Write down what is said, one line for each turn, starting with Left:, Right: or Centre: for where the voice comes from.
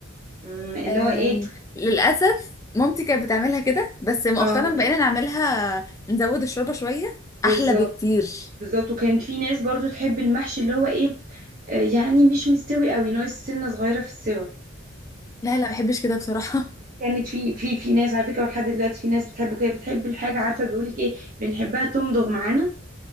Right: مم، اللي
Left: أم...
Right: هو ايه
Left: للاسف مامتي كانت بتعملها كده بس مؤخرا
Right: اه
Left: بقينا نعملها نزود الشوربه شويه
Right: بالظبط
Left: احلى بكتير
Right: بالظبط وكانت في ناس برضو تحب المحشي اللي هو ايه آه، يعني مش مستوي قوي ناقص سنه صغيره في السوى
Left: لا لا ما بحبش كده بصراحه <laughs>
Right: كانت في في في ناس على فكره ولحد دلوقتي في ناس بتحبه كده بتحب الحاجه عارفه بيقولك ايه بنحبها تمضغ معانا